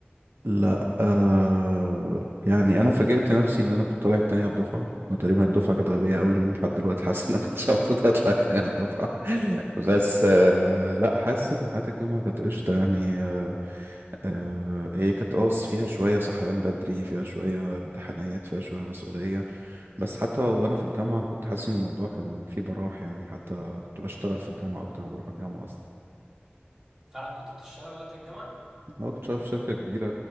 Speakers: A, on the right; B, on the right.
A: لا آه يعني انا فاجئت نفسي ان انا كنت طالع التاني على الدفعه انا تقريبا الدفعه كانت غبيه قوي لان لحد دلوقتي حاسس ان انا كنتش المفروض اطلع التاني على الدفعه <laughs> بس آه لا حاسس ان حياه الجامعه كانت قشطه يعني آه آه هي كانت اه فيها شويه صحيان بدري فيها شويه امتحانات فيها شويه مسؤوليه بس حتى وانا في الجامعه كنت حاسس ان الموضوع كان فيه براح يعني حتى كنت بشتغل في الجامعه اكتر ما بروح الجامعه
B: فعلا كنت بتشتغل وقت الجامعة؟
A: أنا كنت شغال في شركة كبيرة